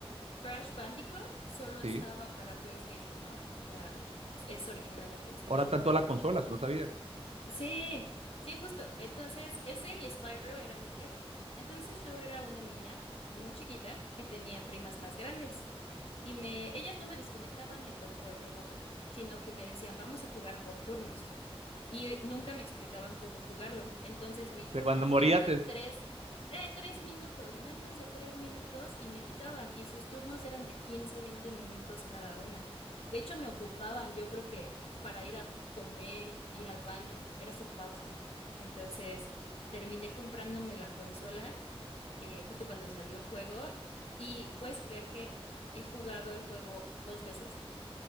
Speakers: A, on the left; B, on the right.
A: Crash Bandicoot solo
B: sí.
A: estaba para PlayStation, ¿no? O sea, es original de PlayStation.
B: Ahora tanto a la consola, si no sabía.
A: Sí, sí, justo. Entonces, ese y Spyro eran de Play. Entonces, yo era una niña muy chiquita que tenía primas más grandes y me, ellas no me desconectaban el control remoto, sino que me decían, vamos a jugar por turnos y nunca me explicaban cómo jugarlo. Entonces mi
B: O sea,
A: turno
B: cuando moría
A: era de
B: te...
A: tres, eh, tres minutos, menos de tres minutos y me quitaban y sus turnos eran de 15 20 minutos cada una. De hecho, me ocupaban, yo creo que para ir a comer y ir al baño, era su pausa. Entonces terminé comprándome la consola eh, justo cuando salió el juego y puedes creer que he jugado el juego dos veces,